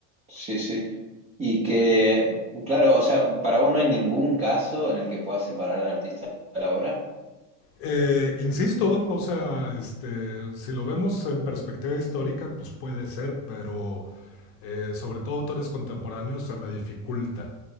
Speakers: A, on the right; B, on the left.
A: sí, sí. Y que, claro, o sea, para vos no hay ningún caso en el que puedas separar al artista de la obra,
B: Eh, insisto, o sea, este, si lo vemos en perspectiva histórica, pues puede ser, pero eh, sobre todo autores contemporáneos se me dificulta.